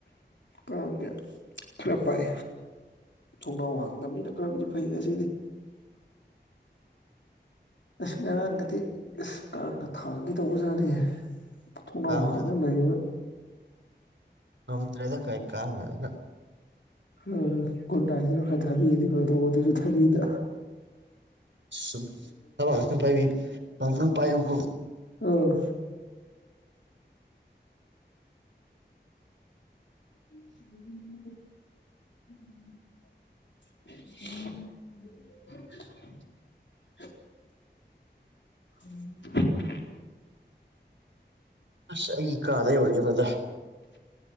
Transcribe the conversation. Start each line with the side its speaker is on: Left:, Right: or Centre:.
Left: <inaudible> ꯈꯔ ꯄꯥꯏ ꯊꯣꯡꯅꯥꯎ ꯍꯥꯡꯗꯕ ꯃꯤꯅ ꯈꯔꯕꯨꯗꯤ ꯐꯩ ꯉꯁꯤꯗꯤ ꯑꯁ ꯉꯔꯥꯡꯒꯗꯤ ꯑꯁ ꯀꯥꯡꯅ ꯊꯥꯡꯒꯦ ꯇꯧꯕꯖꯥꯠꯅꯤꯍꯦ ꯊꯣꯡꯅꯥꯎ
Right: ꯀꯥꯡꯁꯦ
Left: ꯍꯥꯡꯉꯒ
Right: ꯑꯗꯨ
Left: ꯂꯩꯥꯏꯕ
Right: ꯉꯝꯗ꯭ꯔꯦꯗ ꯀꯥꯏ ꯀꯥꯡ ꯃꯌꯥꯝꯁꯤꯅ
Left: ꯑ ꯒꯨꯠꯅꯥꯏꯠꯁꯤꯅ ꯈꯔ ꯊꯥꯕꯤꯔꯗꯤ ꯐꯗꯧꯕ ꯑꯗꯨꯁꯨ ꯊꯥꯕꯤꯗꯦ
Right: ꯁꯨꯝ ꯏꯌꯥꯝꯕ ꯉꯥꯛꯇꯡ ꯄꯥꯏꯕꯤ ꯉꯥꯛꯇꯡ <unintelligible> ꯄꯥꯏꯌꯨꯀꯣ
Left: ꯑꯥ <inaudible> ꯎꯝ <inaudible>
Right: ꯑꯁ ꯑꯩ ꯀꯥꯗ ꯌꯧꯔꯛꯑꯦ ꯕꯔꯗꯔ